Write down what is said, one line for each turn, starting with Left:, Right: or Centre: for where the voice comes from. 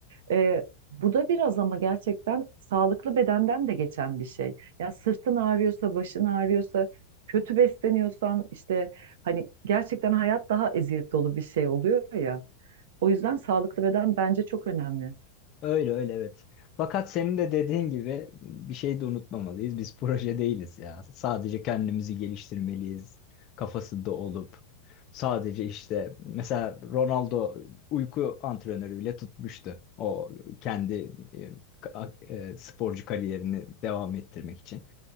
Right: Ee, bu da biraz ama gerçekten sağlıklı bedenden de geçen bir şey. Ya sırtın ağrıyorsa, başın ağrıyorsa, kötü besleniyorsan işte hani gerçekten hayat daha eziyet dolu bir şey oluyor ya. O yüzden sağlıklı beden bence çok önemli.
Left: Öyle öyle evet. Fakat senin de dediğin gibi bir şey de unutmamalıyız. Biz proje değiliz ya. Sadece kendimizi geliştirmeliyiz kafasında olup. Sadece işte mesela Ronaldo uyku antrenörü bile tutmuştu. O kendi e, ka- e, sporcu kariyerini devam ettirmek için.